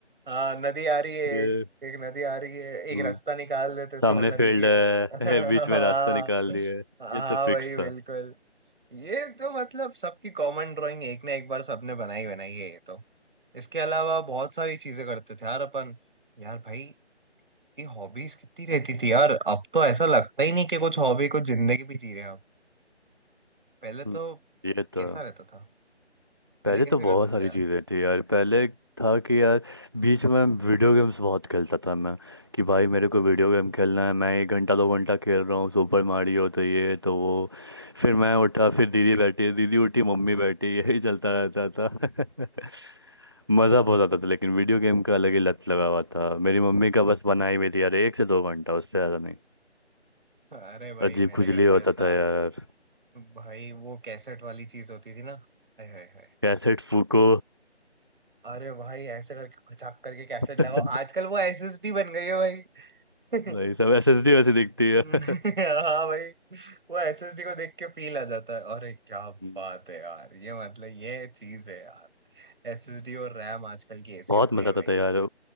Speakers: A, on the right; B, on the right.
A: हाँ
B: <laughs>
A: नदी आ रही है
B: ये
A: एक, एक नदी आ रही है एक
B: हम्म
A: रास्ता निकाल देते
B: सामने
A: थे वो नदी
B: फील्ड
A: के <laughs> हाँ
B: है <laughs> बीच में रास्ता निकाल दिया है
A: हाँ
B: ये तो फिक्स
A: भाई बिल्कुल
B: था
A: ये तो मतलब सबकी कॉमन ड्राइंग एक ना एक बार सबने बनाई बनाई है ये तो इसके अलावा बहुत सारी चीजें करते थे यार अपन यार भाई ये हॉबीज कितनी रहती थी यार अब तो ऐसा लगता ही नहीं कि कुछ हॉबी कुछ जिंदगी भी जी रहे हैं अब पहले
B: हम्म,
A: तो
B: ये तो
A: कैसा
B: है।
A: रहता था पहले
B: पहले
A: कैसे
B: तो बहुत
A: करते
B: सारी
A: थे यार
B: चीज़ें थी यार पहले था कि यार बीच में वीडियो गेम्स बहुत खेलता था मैं कि भाई मेरे को वीडियो गेम खेलना है मैं एक घंटा दो घंटा खेल रहा हूँ सुपर मारियो तो ये तो वो फिर मैं उठा फिर दीदी बैठी दीदी उठी मम्मी बैठी <laughs> यही चलता रहता था <laughs> मज़ा बहुत आता था लेकिन वीडियो गेम का अलग ही लत लगा हुआ था मेरी मम्मी का बस बनाई हुई थी यार एक से दो घंटा उससे ज़्यादा नहीं
A: <laughs> अरे भाई
B: अजीब
A: मेरे
B: खुजली
A: घर
B: होता
A: पे ऐसा
B: था यार
A: भाई वो कैसेट वाली चीज होती थी ना अरे हाय हाय हाय।
B: कैसेट फूको
A: अरे भाई ऐसे करके खचाक करके कैसेट
B: <laughs>
A: लगाओ आजकल वो एसएसडी बन गई है भाई <laughs>
B: भाई सब एसएसडी वैसे दिखती
A: हाँ
B: है <laughs>
A: भाई वो एसएसडी को देख के फील आ जाता है अरे क्या
B: हम्म,
A: बात है यार ये मतलब ये चीज है यार एसएसडी और रैम आजकल की ऐसी
B: बहुत
A: हो गई
B: मजा
A: है
B: आता
A: भाई
B: था यार